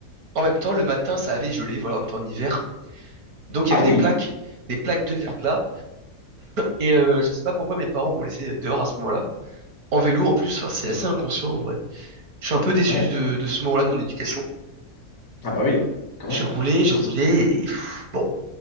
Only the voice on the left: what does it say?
Ah
oui,
ouais.
Ah bah oui, quand
même.
J'espère.